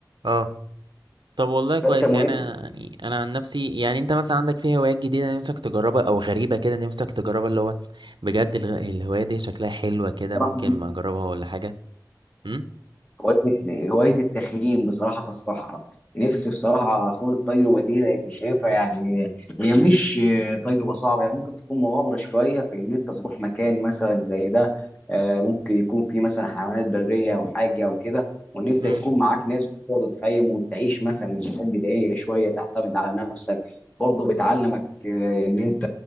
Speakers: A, on the right; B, on the left.
A: اه طب والله كويس
B: فانت مهم
A: يعني انا يعني انا عن نفسي يعني انت مثلا عندك في هوايات جديده نفسك تجربها او غريبه كده نفسك تجربها اللي هو بجد الغ- الهوايه دي شكلها حلوه كده
B: بصراحه
A: ممكن ما اجربها ولا حاجه امم
B: هواية هواية التخييم بصراحة في الصحراء نفسي بصراحة أخوض التجربة دي لأن شايفها يعني هي مش تجربة صعبة هي ممكن تكون مغامرة شوية في إن أنت تروح مكان مثلا زي ده آه، ممكن يكون فيه مثلا حيوانات برية أو حاجة أو كده وإن أنت
A: امم
B: يكون معاك ناس تقدر تخيم وتعيش مثلا مساحات بدائية شوية تعتمد على نفسك برضه بتعلمك آه، إن أنت